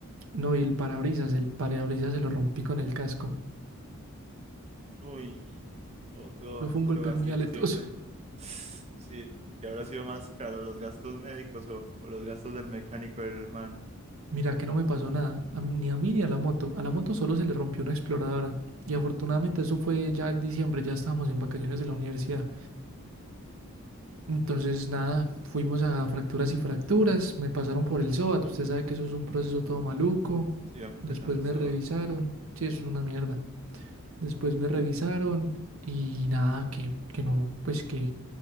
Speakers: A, on the right; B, on the right.
A: no, y el parabrisas, el parabrisas se lo rompí con el casco.
B: Uy, otro,
A: Eso fue
B: otro
A: un golpe
B: gastico
A: muy aletoso.
B: siempre. <sighs> Sí, que habrá sido más caro, los gastos médicos o, o los gastos del mecánico del man.
A: Mira que no me pasó nada, a mí- ni a mí ni a la moto. A la moto solo se le rompió una exploradora. Y afortunadamente eso fue ya en diciembre, ya estábamos en vacaciones de la universidad. Entonces, nada, fuimos a fracturas y fracturas, me pasaron por el SOAT, usted sabe que eso es un proceso todo maluco,
B: Siempre
A: después
B: con el
A: me
B: SOAT.
A: revisaron, sí, eso es una mierda, después me revisaron y nada, que, que no, pues que,